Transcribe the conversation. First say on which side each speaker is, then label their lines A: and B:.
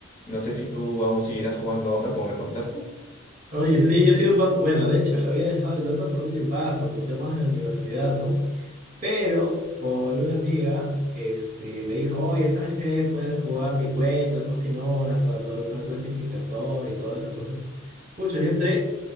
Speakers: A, on the left; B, on the right.
A: No sé si tú aún seguirás jugando a Dota como me contaste.
B: Oye, sí, yo sigo jugando. Bueno, de hecho lo había dejado el Dota por un tiempazo, por temas de la universidad, ¿no? Pero por una amiga, este, me dijo, oye, ¿sabes qué? Puedes jugar mi cuenta, son 100 horas para poder jugar clasificador y todo eso. Entonces, pucha, yo entré